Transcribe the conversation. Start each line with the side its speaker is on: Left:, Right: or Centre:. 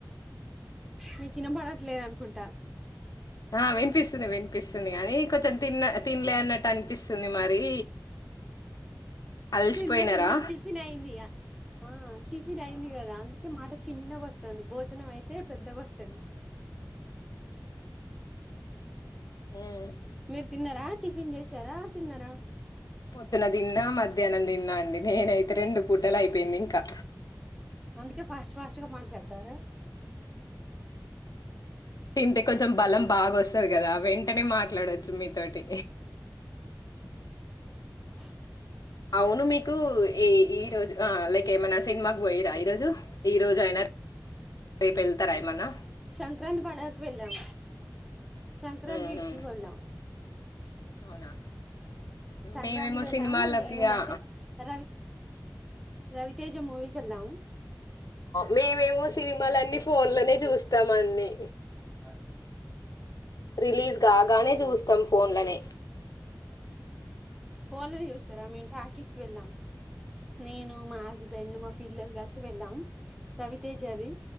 Centre: నీకు వినబడట్లేదు అనుకుంటా
Left: ఆ వినిపిస్తుంది వినిపిస్తుంది కాగానీ కొంచెం తిన్న తినలే అన్నట్టు అనిపిస్తుంది మరి అలసిపోయినారా
Centre: తిన్న తిన్న టిఫిన్ అయిందీయ ఆ టిఫిన్ అయింది కదా అందుకే మా చిన్నగా వస్తుంది భోజనం అయితే పెద్దగాస్తుంది
Left: అలసి
Centre: మీర్జ తిన్నారా టిఫిన్ చేసారా తిన్నారా
Left: పొద్దున దిన్న మధ అనందిన్నా అండి నేనైతే రెండు పూటలు అయిపోయింది ఇంకా
Centre: అందుక ఫాస్ట్ ఫాస్ట్గా మాట్లాడతార
Left: తింటే కొంచెం బలం బాగా వస్తుంది కదా వెంటనే మాట్లాడొచ్చు తొమ్మిది థర్టీ
Centre: అ
Left: అవును మీకు ఈ ఈ రోజు ఆ లైక్ ఏమనా సినిమాకు పోయారా ఈ రోజు ఈ రోజు అయినా రేపు వెళ్తారా ఏమనా
Centre: సంక్రాంతి పండగకు వెళ్ళాము సంక్రాంతికి
Left: ఉహు
Centre: వెళ్ళాం
Left: అవునా
Centre: సంక్రాంతికి
Left: మేమేమో
Centre: వెళ్ళాం
Left: సినిమాలకి
Centre: ఏమిందంటే
Left: ఆ
Centre: రవి రవితేజ మూవీకి వెళ్ళాము
Left: మేమేమో సినిమాలన్ని ఫోన్ లోనే చూస్తాం అన్ని
Centre: క
Left: రిలీజ్ కాగానే చూస్తాం ఫోన్లనే
Centre: ఫోన్లో చూస్తారా మేం టాకీస్కి వెళ్ళాం నేను మా హస్బెండ్ మా పిల్లలు కలిసి వెళ్ళాం రవితేజాది